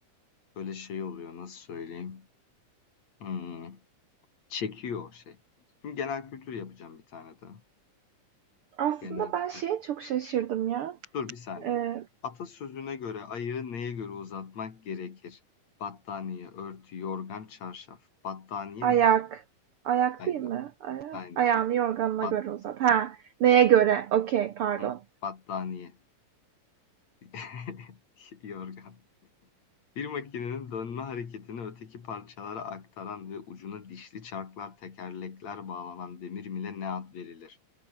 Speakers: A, on the left (about 55°); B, on the right (about 75°).
A: böyle şey oluyor nasıl söyleyeyim. Hmm, çekiyor o şey. Şimdi genel kültür yapacağım bir tane de.
B: Aslında
A: Genel
B: ben şeye
A: kültür.
B: çok şaşırdım ya.
A: Dur bir saniye.
B: Ee,
A: Atasözüne göre ayağı neye göre uzatmak gerekir? Battaniye, örtü, yorgan, çarşaf. Battaniye
B: ayak.
A: mi?
B: Ayak
A: Aynen,
B: değil mi? Aya-
A: aynen.
B: Ayağını yorganına
A: Bat,
B: göre uzat. Ha, neye göre? Okey, pardon.
A: hı, battaniye. <laughs> Yorgan. Bir makinenin dönme hareketini öteki parçalara aktaran ve ucuna dişli çarklar, tekerlekler bağlanan demir mile ne ad verilir?